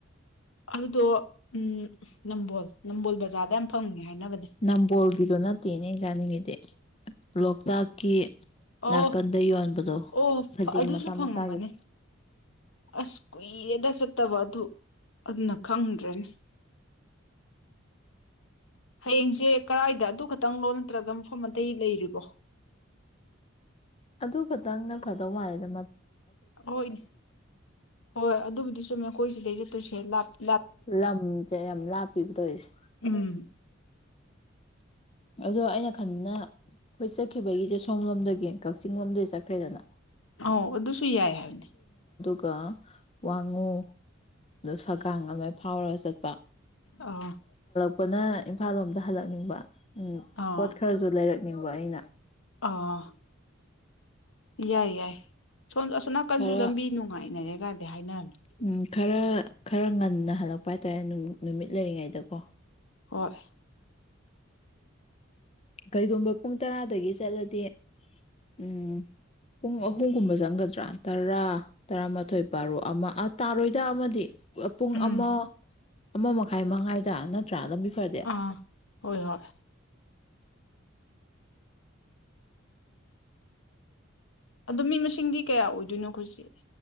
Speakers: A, on the left; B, on the left.
A: ꯑꯗꯨꯗꯣ ꯎꯝ ꯅꯝꯕꯣꯜ ꯅꯝꯕꯣꯜꯗ <unintelligible> ꯐꯪꯉꯦ꯫ ꯍꯥꯏꯅꯕꯅꯦ
B: ꯅꯝꯕꯑꯣꯜꯒꯤꯗꯣ ꯅꯥꯠ ꯇꯦꯅꯦ ꯑꯩꯅ ꯆꯥꯅꯤꯡꯉꯤꯗꯤ ꯂꯣꯛꯇꯥꯛꯀꯤ
A: ꯑꯣ
B: ꯅꯥꯀꯟꯗ ꯌꯣꯟꯕꯗꯣ
A: ꯑꯣ
B: ꯈꯖꯤꯡ
A: ꯑꯗꯨꯁꯨ
B: ꯃꯆꯥ
A: ꯐꯪꯉꯝꯒꯅꯤ
B: ꯃꯆꯥꯒꯤꯗꯣ
A: ꯑꯁ ꯀꯨꯏ ꯌꯦꯗ ꯆꯠꯇꯕ ꯑꯗꯨ ꯑꯗꯨꯅ ꯈꯪꯗ꯭ꯔꯅꯤ꯫ ꯍꯌꯦꯡꯁꯦ ꯀꯔꯥꯏꯗ ꯑꯗꯨ ꯈꯛꯇꯪꯅꯣ ꯅꯠꯇ꯭ꯔꯒ ꯃꯐꯝ ꯑꯇꯩ ꯂꯩꯔꯤꯕꯣ?
B: ꯑꯗꯨ ꯈꯛꯇꯪ ꯅ ꯐꯗꯧ ꯃꯜꯂꯦꯗꯥ
A: ꯍꯣꯏꯅꯦ ꯍꯣꯏ ꯑꯗꯨꯕꯨꯗꯤ ꯆꯨꯝꯃꯤ ꯑꯩꯈꯣꯏ ꯁꯤꯗꯩ ꯆꯠꯇꯣꯏꯁꯤ <unintelligible>
B: ꯂꯝꯁꯦ ꯌꯥꯝ ꯂꯥꯞꯄꯤꯕ ꯇꯧꯔꯤꯁꯦ꯫
A: ꯎꯝ
B: ꯑꯗꯣ ꯑꯩꯅ ꯈꯟꯕꯅ ꯑꯩꯈꯣꯏ ꯆꯠꯈꯤꯕꯒꯤꯁꯦ ꯁꯣꯝ ꯂꯣꯝꯗꯒꯤ ꯀꯛꯆꯤꯡ ꯂꯣꯝꯗꯒꯤ ꯆꯠꯈ꯭ꯔꯦꯗꯅ
A: ꯑ ꯑꯗꯨꯁꯨ ꯌꯥꯏ ꯍꯥꯏꯕꯅꯤ꯫
B: ꯀ ꯋꯥꯉꯨ ꯑꯗꯨ ꯁꯒꯥꯡ ꯑꯃ ꯐꯥꯎꯔꯒ ꯆꯠ ꯄ꯫
A: ꯑ꯫
B: ꯄꯅ ꯏꯝꯐꯥꯜ ꯂꯣꯝꯗ ꯍꯜꯂꯛꯅꯤꯡꯕ꯫ ꯎꯝ
A: ꯑꯥ
B: ꯄꯣꯠ ꯈꯔꯁꯨ ꯂꯩꯔꯛ ꯅꯤꯡꯕ ꯑꯩꯅ
A: ꯑꯥ꯫ ꯌꯥꯏ - ꯌꯥꯏ꯫ ꯁꯣꯝ ꯑꯁꯣꯅꯥꯀꯟꯁꯨꯨ
B: ꯈꯔ
A: ꯂꯝꯕꯤ ꯅꯨꯡꯉꯥꯏꯅꯔꯦ ꯀꯥꯏꯗꯤ ꯍꯥꯏꯅꯔꯝꯅꯤ꯫
B: ꯎꯝ ꯈꯔ - ꯈꯔ ꯉꯟꯅ ꯍꯜꯂꯛꯄ ꯍꯥꯏꯇꯥꯔꯦ ꯅꯨꯃꯤꯠ ꯂꯩꯔꯤꯉꯩꯗꯀꯣ꯫
A: ꯍꯣꯏ
B: ꯀꯩꯒꯨꯝꯕ ꯄꯨꯡ ꯇꯔꯥꯗꯒꯤ ꯆꯠꯂꯗꯤ ꯎꯝ ꯄꯨꯡ ꯑꯍꯨꯝꯒꯨꯝꯕ ꯆꯪꯒꯗ꯭ꯔꯥ ꯇꯔꯥ ꯇꯔꯥꯃꯥꯊꯣꯏ ꯥꯔꯨꯛ ꯑꯃ ꯇꯥꯔꯣꯏꯗ ꯑꯃꯗꯤ ꯄꯨꯡ
A: ꯎꯝ
B: ꯑꯃ ꯑꯃ ꯃꯈꯥꯏ ꯃꯉꯥꯏꯗ ꯅꯠꯇ꯭ꯔꯥ ꯐꯔꯗꯤ
A: ꯑꯥ ꯍꯣꯏ ꯍꯣꯏ ꯑꯗꯣ ꯃꯤ ꯃꯁꯤꯡꯗꯤ ꯀꯌꯥ ꯑꯣꯏꯗꯣꯏꯅꯣ ꯑꯩꯈꯣꯏꯖꯤꯦ